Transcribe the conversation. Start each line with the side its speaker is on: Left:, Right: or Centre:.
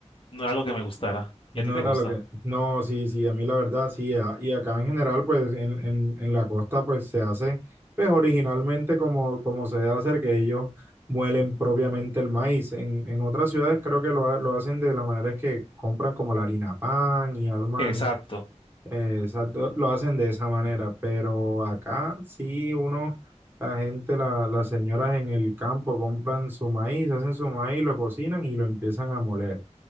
Left: no era algo que me gustara.
Right: No
Left: ¿Y a ti te
Right: era
Left: gusta?
Right: lo que... No, sí, sí, a mí la verdad, sí. a- Y acá en general, pues en, en, en la costa, pues se hace, pues originalmente como, como se debe hacer, que ellos muelen propiamente el maíz. En, en otras ciudades creo que lo, ha- lo hacen de la manera es que compran como la harina pan y arman
Left: Exacto.
Right: Eh, Exacto, lo hacen de esa manera, pero acá sí uno, la gente, la- las señoras en el campo compran su maíz, hacen su maíz, lo cocinan y lo empiezan a moler.